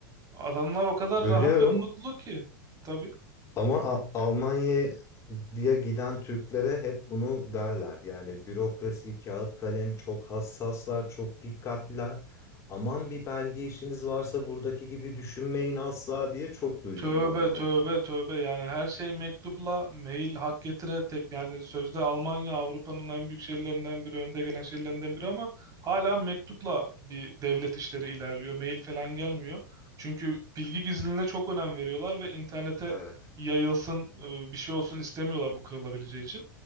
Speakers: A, on the right; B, on the left.
A: Adamlar o kadar
B: Bölüyorum
A: rahat ve mutlu ki. Tabii.
B: ama A- Almanya'ya giden Türklere hep bunu derler. Yani bürokrasi, kağıt kalem çok hassaslar, çok dikkatliler. Aman bir belge işiniz varsa buradaki gibi düşünmeyin asla diye çok duydum
A: Tövbe
B: ben onu.
A: tövbe tövbe yani her şey mektupla mail hak getire tek yani sözde Almanya Avrupa'nın en büyük şehirlerinden biri önde gelen şehirlerinden biri ama hala mektupla bir devlet işleri ilerliyor mail falan gelmiyor. Çünkü bilgi gizliliğine çok önem veriyorlar ve internete
B: Evet.
A: yayılsın e, bir şey olsun istemiyorlar bu kırılabileceği için.